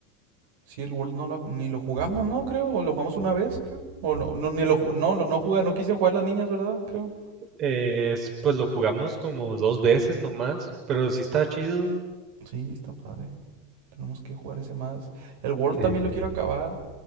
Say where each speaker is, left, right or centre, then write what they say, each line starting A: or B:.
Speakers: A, on the right; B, on the right.
A: Sí, el World no lo- ni lo jugamos, ¿no? Creo, o lo jugamos una vez, creo. O no, no, ni lo, no, no, no juega, no quisieron jugar las niñas, ¿verdad? Creo.
B: Eh, es- pues lo jugamos como dos veces nomás, pero sí está chido.
A: Sí, está padre. Tenemos que jugar ese más. El World
B: Sí.
A: también lo quiero acabar,